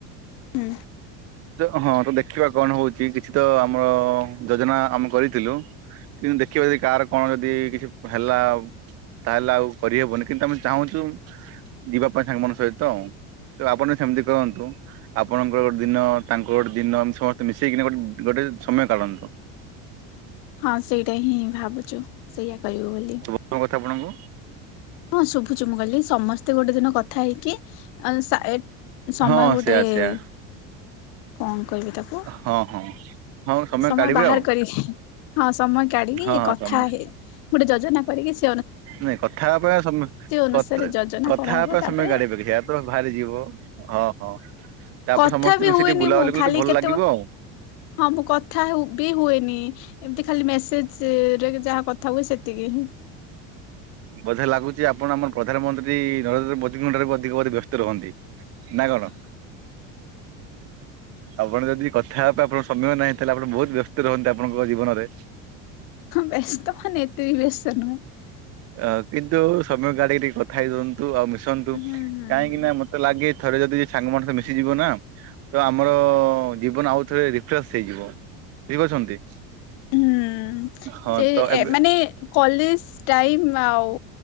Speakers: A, on the left (about 60°); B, on the right (about 40°).
A: ହୁଁ
B: ତ ହଁ ତ ଦେଖିବା କଣ ହଉଛି କିଛିିତ ଆମର ଯୋଜନା ଆମେ କରିଥିଲୁ। କିନ୍ତୁ ଦେଖିବା ଯଦି କାହାର କଣ ଯଦି କିଛି ହେଲା ତାହେଲେ ଆଉ କରିହବନି କିନ୍ତୁ ଆମେ ଚାହୁଁଛୁ ଯିବା ପାଇଁ ସାଙ୍ଗମାନଙ୍କ ସହିତ। ତ ଆପଣ ସେମିତି କରନ୍ତୁ ଆପଣଙ୍କର ଗୋଟେ ଦିନ ତାଙ୍କ ଗୋଟେ ଦିନ ସମସ୍ତେ ମିଶେଇକିନା ଗୋଟେ ଗୋଟେ ସମୟ କାଢ଼ନ୍ତୁ।
A: ହଁ ସେଇଟା ହିଁ ଭାବୁଛୁ ସେଇୟା କରିବୁ ବୋଲି।
B: ଶୁଭ ମୋ ଆପଣଙ୍କୁ
A: ହଁ ଶୁଭୁଛି ମୁଁ କହିଲି ସମସ୍ତେ ଗୋଟେ ଦିନ କଥା ହେଇକି ଆ-ଆ-ସା ସମୟ
B: ହଁ
A: ଗୋଟେ-ଏ-ଏ
B: ସେୟା ସେୟା
A: କଣ କହିବି ତାକୁ
B: ହଁ ହଁ। ହଁ
A: ସମୟ
B: କାଢିବେ
A: ବାହାର
B: ଆଉ
A: କରି ହିହିଁ। ହଁ ସମୟ କାଢିକି
B: ହଁ ହଁ
A: କଥା
B: ସମ
A: ହେଇ ଗୋଟେ ଯୋଜନା କରିକି ଯି
B: ନାଇଁ କଥା ହବା ପରା ତା ସମେ
A: ଅନୁସାରେ
B: କଥେ
A: ଯୋଜନା
B: କଥା
A: କରାହବ
B: ହବା ପାଇଁ
A: ତାପରେ
B: ସମୟ ଗାଡି ପଖି ଯିବା ତ ବାହାରି ଯିବ ହଁ, ହଁ। ତାପରେ
A: କଥା
B: ସମସ୍ତେ
A: ବି
B: ମିଶି
A: ହୁଏନି
B: ଟିକେ ବୁଲାବୁଲି
A: ମୁଁ
B: କଲେ
A: ଖାଲି
B: ଟିକେ ଭଲ
A: କେତେ
B: ଲାଗିବ।
A: ହଁ ମୁଁ କଥା ହୁ ବି ହୁଏନି। ଏମିତି ଖାଲି ମେସେଜ୍ ରେ ଯାହା କଥା ହୁଏ ସେତିକି ହିଁ।
B: ବୋଧେ ଲାଗୁଚି ଆପଣ ଆମର ପ୍ରଧାନମନ୍ତ୍ରୀ ନରେନ୍ଦ୍ର ମୋଦିଙ୍କ ଠାରୁ ବି ଅଧିକ ବୋଧେ ବ୍ୟସ୍ତ ରହନ୍ତି? ନା କଣ? ଆପଣ ଯଦି କଥା ହେବା ପାଇଁ ଆପଣଙ୍କ ସମୟ ନାହିଁ। ତାହେଲେ ଆପଣ ବହୁତ ବ୍ୟସ୍ତ ରହନ୍ତି ଆପଣଙ୍କ ଜୀବନରେ।
A: ବ୍ୟସ୍ତ ମାନେ ଏତେ ବି ବ୍ୟସ୍ତ ନୁହେଁ ।
B: ଅ, କିନ୍ତୁ ସମୟ ଖାଡିକି ଟିକେ କଥା ହେଇ ଦିଅନ୍ତୁ। ଆଉ ମୁଁ ସନ୍ତୁ,
A: ହୁଁ ହୁଁ ହୁଁ।
B: କାହିଁକି ନା ମୋତେ ଲାଗେ ଥରେ ଯଦି ସାଙ୍ଗମାନ ସହ ମିଶିଯିବ ନା ତ ଆମର ହଁ ଜୀବନ ଆଉ ଥରେ ରିଫ୍ରେସ ହେଇଯିବ ବୁଝିପାରୁଛନ୍ତି।
A: ହୁଁ,
B: ହଁ
A: ଯେ
B: ତ
A: ଏ
B: ଏବେ
A: ମାନେ କଲେଜ୍ ଟାଇମ୍ ଆଉ।